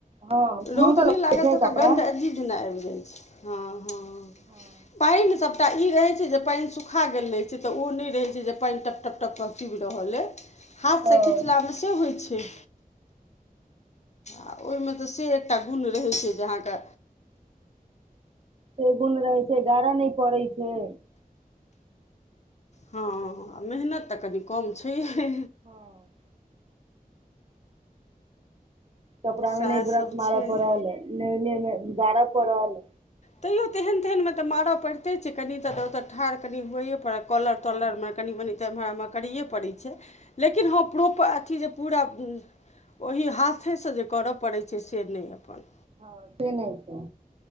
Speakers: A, on the right; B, on the left.
A: हँ
B: रौद
A: महग लगै
B: नैय लागल
A: छै
B: तऽ ओकरा
A: कपड़ा
B: गंध अजीब जेना आइब जाइ छै, हँ-हँ।
A: हँ।
B: पाइन सबटा ई रहै छै, जे पाइन सु खा गेल रहै छै, तऽ ओ नहि रहै छै जे पइन टप-टप-टप-टप चुइब रहल अइ। हाथ
A: हँ
B: सँ खिचला में से होइ छै। आ ओइ में तऽ से एकटा गुण रहै छै, जे अहाँके
A: से गुण रहै छै, गारऽ नै पड़ै छै।
B: हँऽ, मेहनत तऽ कनि कम छैहे।
A: हँ। कपड़ा
B: सएहसभ
A: में नै ब्रश मारऽ
B: छै
A: पड़ल, ने-ने-ने गारऽ पड़ल।
B: तैयो तेहन तेहन में तऽ मारऽ पैड़ते छै, कनि तऽ ओतऽ ठाड़ कनि हुवैये पड़तऽ, कॉलर-तॉलर
A: हँ
B: में कनि-मनि तऽ एम्हर-आम्हर करैए पड़ै छै, लेकिन हँ प्रोपऽ अथि जे पूरा ओहि हाथे स जे करऽ पड़ै छै, से नै अपन।
A: हँ, से नैय छै।